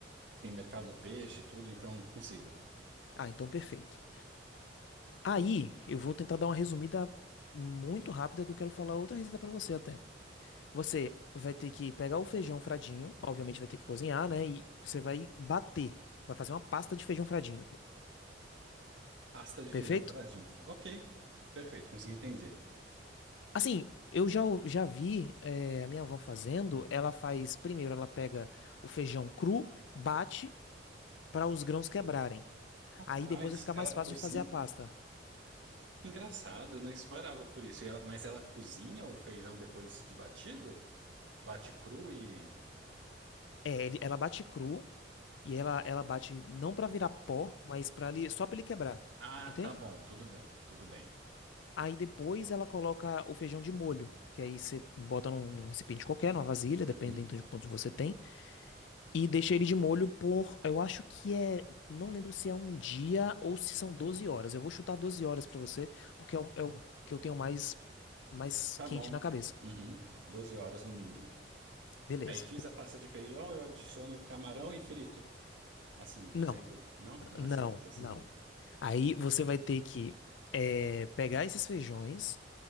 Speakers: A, on the right; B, on the left.
A: tem mercado do peixe e tudo, então consigo.
B: Ah, então perfeito. Aí, eu vou tentar dar uma resumida muito rápida que eu quero falar outra receita pra você até. Você vai ter que pegar o feijão fradinho, obviamente vai ter que cozinhar, né? E você vai bater, vai fazer uma pasta de feijão fradinho.
A: Pasta de
B: Perfeito?
A: feijão paradinho. Ok, perfeito, consegui entender.
B: Assim, eu já, ou- já vi eh, a minha avó fazendo. Ela faz primeiro, ela pega o feijão cru, bate para os grãos quebrarem.
A: Rapaz,
B: Aí depois vai ficar
A: ela
B: mais
A: cozinha.
B: fácil de fazer a pasta.
A: Que engraçado, eu não esperava por isso. E ela- mas ela cozinha o feijão depois de batido? Bate cru e.
B: É, ele- ela bate cru e ela, ela bate não pra virar pó, mas para ali só pra ele quebrar,
A: Ah,
B: entende?
A: tá bom, tudo bem, tudo bem.
B: Aí depois ela coloca o feijão de molho, que aí você bota num, num recipiente qualquer, numa vasilha,
A: Uhum,
B: dependendo de quantos você tem, e deixa ele de molho por, eu acho que é, não lembro se é um dia ou se são 12 horas. Eu vou chutar 12 horas pra você, porque é o, é o que eu tenho mais mais
A: tá
B: quente
A: bom.
B: na cabeça.
A: Uhum, 12 horas no mínimo.
B: Beleza.
A: Aí fiz a pasta de feijão, eu adiciono o camarão e frito. Assim, dizendo.
B: Não,
A: Não, não
B: Não,
A: é simples assim.
B: não. Aí você vai ter que eh, pegar esses feijões.